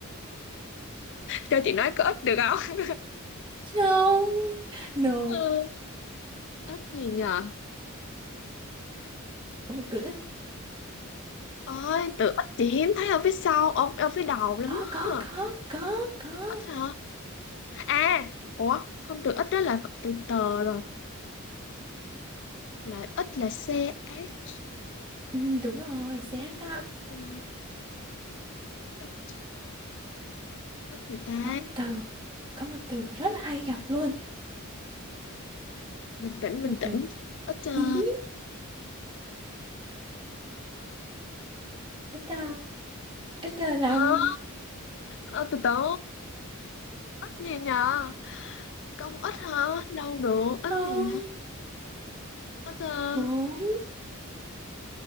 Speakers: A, on the left; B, on the right.
A: cho chị nói có ích được không
B: không no
A: ừ, ích gì nhờ
B: có một từ ít
A: ích ôi tự ích chị hiếm thấy ở phía sau ở, ở phía đầu lắm
B: có có
A: á
B: có có có
A: ít hả À, ủa, không từ ít đó là từ tờ rồi. Là ít là C, H.
B: ừ, đúng rồi CH á
A: Ít, ừ, ít, ít gì ta?
B: có một từ có một từ rất là hay gặp luôn
A: Bình tĩnh, bình
B: một
A: tĩnh.
B: từ
A: Ít, ờ,
B: hí hí. ít ta. ít ta năm
A: ờ, ờ, từ từ. Ít gì nhờ? Công ít hả? Đâu được, ít
B: không
A: gì nhỉ? Ít, ờ,
B: bốn